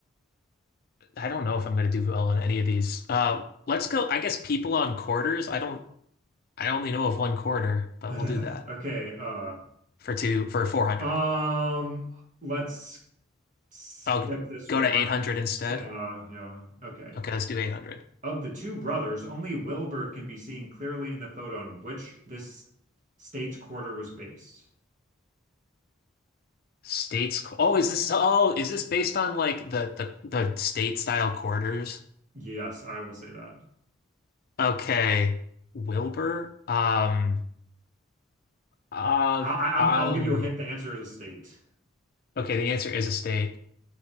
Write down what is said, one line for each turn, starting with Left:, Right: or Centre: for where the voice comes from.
Left: I don't know if I'm gonna do well on any of these. Uh, let's go. I guess people on quarters. I don't. I only know of one quarter, but
Right: <laughs>
Left: we'll do that
Right: Okay, uh,
Left: for two for 400.
Right: um, let's skip
Left: I'll
Right: this
Left: go
Right: one.
Left: to 800 instead.
Right: Yeah, yeah. Okay.
Left: Okay, let's do 800.
Right: Of the two brothers, only Wilbur can be seen clearly in the photo on which this state's quarter was based.
Left: States. qu- Oh, is this? Oh, is this based on like the the the state style quarters?
Right: Yes, I will say that.
Left: Okay, Wilbur. Um. Uh.
Right: I, I, I'm-
Left: Um.
Right: I'll give you a hint. The answer is a state.
Left: Okay, the answer is a state.